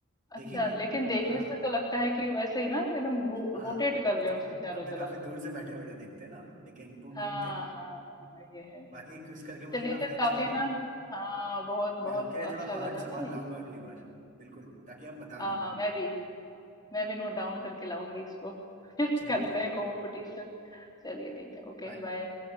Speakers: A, on the right (about 40°); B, on the left (about 20°).
A: देखेंगे
B: अच्छा लेकिन देखने
A: हाँ
B: से तो लगता है कि वैसे ही ना एकदम रो,
A: हाँ
B: रोटेट कर
A: वो
B: रहे
A: तो
B: हैं उसके चारों
A: हम तो
B: तरफ
A: काफी दूर से बैठे बैठे देखते हैं ना लेकिन वो घूमते
B: हाँ
A: हैं
B: हाँ हाँ ये है
A: बाकी क्विज करके मुझे
B: चलिए
A: काफी
B: फिर
A: अच्छा
B: काफी
A: लगा
B: ना हाँ बहुत बहुत
A: मैं आपके लिए
B: अच्छा
A: थोड़ा हार्ड
B: लगा
A: सवाल
B: ना ये
A: लाऊंगा अगली बार बिल्कुल ताकि आप बता
B: हाँ
A: ना
B: हाँ
A: पाओ
B: मैं भी मैं भी नोट डाउन करके लाऊंगी इसको <laughs>
A: हाँ,
B: फिर
A: चलिए
B: करते
A: ठीक
B: हैं
A: है
B: कंपटीशन चलिए ठीक है ओके
A: बाय
B: बाय